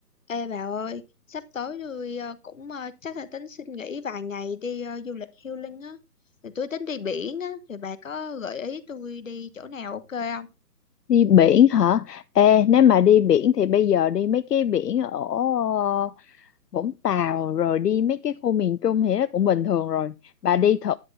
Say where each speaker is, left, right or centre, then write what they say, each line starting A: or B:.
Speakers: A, on the left; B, on the left.
A: Ê bà ơi, sắp tới tôi ờ, cũng ờ, chắc là tính xin nghỉ vài ngày đi ờ, du lịch healing á. Thì tôi tính đi biển á, thì bà có gợi ý tôi đi chỗ nào ok không?
B: Đi biển hả? Ê, nếu mà đi biển thì bây giờ đi mấy cái biển ở ờ, Vũng Tàu rồi đi mấy cái khu miền Trung thì nó cũng bình thường rồi. Bà đi thử